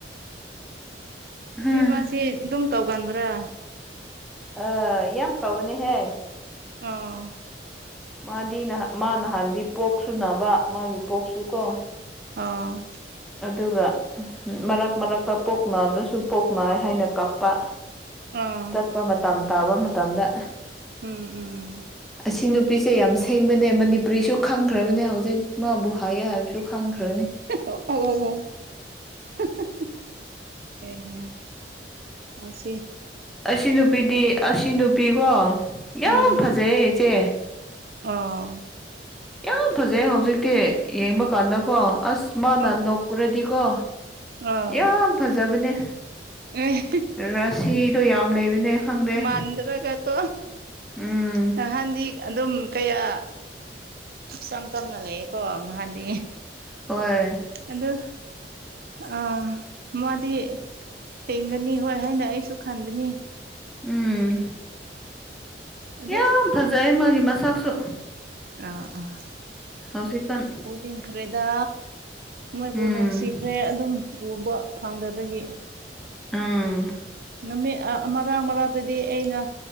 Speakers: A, on the right; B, in the centre.
A: ꯑꯗꯨꯏ
B: ꯍꯝ
A: ꯃꯥꯁꯤ ꯑꯗꯨꯝ ꯇꯧꯒꯟꯕ꯭ꯔꯥ
B: ꯑ ꯌꯥꯝ ꯇꯧꯕꯅꯤꯍꯦ
A: ꯑꯥ
B: ꯃꯥꯗꯤꯥꯟ ꯃꯥ ꯅꯍꯥꯟꯗꯤ ꯄꯣꯛ ꯁꯨꯅꯕ ꯃꯥꯒꯤ ꯄꯣꯛꯁꯨ ꯀꯣ
A: ꯑꯣ
B: ꯑꯗꯨꯒ ꯃꯔꯛ ꯃꯔꯛꯇ ꯄꯣꯛ ꯅꯥꯗ꯭ꯔꯁꯨ ꯄꯣꯛ ꯅꯥꯏ ꯍꯥꯏꯅ ꯀꯥꯞꯄ
A: ꯑꯥ
B: ꯇ ꯃꯇꯝ ꯇꯥꯕ ꯃꯇꯝꯗ
A: ꯎꯝ ꯎꯝ
B: ꯑꯁꯤ ꯅꯨꯄꯤꯁꯦ ꯌꯥꯝ ꯁꯦꯡꯕꯅꯦ ꯃꯅꯤꯄꯨꯔꯤꯁꯨ ꯈꯪꯈ꯭ꯔꯕꯅꯦ ꯍꯧꯖꯤꯛ ꯃꯥꯕꯨ ꯍꯥꯏꯌꯦ ꯍꯥꯏꯕꯁꯨ ꯈꯪꯈ꯭ꯔꯅꯤ
A: ꯑꯣ ꯑꯣ ꯑꯦ ꯑ ꯁꯤ
B: ꯑꯁꯤ ꯅꯨꯄꯤꯗꯤ ꯑꯁꯤ ꯅꯨꯄꯤꯀꯣ ꯌꯥꯝ
A: ꯎꯝ
B: ꯐꯖꯩꯌꯦ ꯏꯆꯦ
A: ꯑꯣ
B: ꯌꯥꯝ ꯐꯖꯩ ꯍꯧꯖꯤꯛꯇꯤ ꯌꯦꯡꯕ ꯀꯥꯟꯗꯀꯣ ꯑꯁ ꯃꯥꯅ
A: ꯑꯣ
B: ꯅꯣꯛꯀꯨꯔꯗꯤꯀꯣ
A: ꯑꯥ
B: ꯌꯥꯝ ꯐꯖꯕꯅꯦ
A: ꯑꯦ
B: ꯔꯁꯤꯗꯣ ꯌꯥꯝ ꯂꯩꯕꯅꯦ ꯈꯪꯗꯦ
A: ꯃꯟꯗ꯭ꯔꯒ ꯀꯣ
B: ꯎꯝ
A: ꯅꯍꯥꯟꯗꯤ ꯑꯗꯨꯝ ꯀꯌꯥ ꯏꯆꯝ ꯆꯝꯅ ꯂꯩꯌꯦꯀꯣ ꯉꯍꯥꯟꯗꯤ
B: ꯍꯣꯏ
A: ꯑꯗꯨ ꯑꯥ ꯃꯥꯗꯤ ꯁꯦꯡꯒꯅꯤ ꯍꯣꯏ ꯍꯥꯏꯅ ꯑꯩꯁꯨ ꯈꯟꯕꯅꯤ
B: ꯎꯝ
A: ꯑꯗꯨ
B: ꯌꯥꯝ ꯐꯖꯩ ꯃꯥꯒꯤ ꯃꯁꯛꯁꯨ
A: ꯑꯥ ꯑꯥ
B: ꯍꯧꯖꯤ ꯀꯥꯟ
A: ꯈꯨꯗꯤꯡꯈ꯭ꯔꯦꯗ ꯃꯣꯏꯕꯨ
B: ꯎꯝ
A: ꯅꯨꯡꯁꯤꯈ꯭ꯔꯦ ꯑꯗꯨꯝ ꯎꯕ ꯐꯪꯗꯕꯒꯤ
B: ꯎꯝ
A: ꯅꯨꯃꯤꯠ ꯑ ꯑꯃꯔꯛ ꯃꯔꯛꯇꯗꯤ ꯑꯩꯅ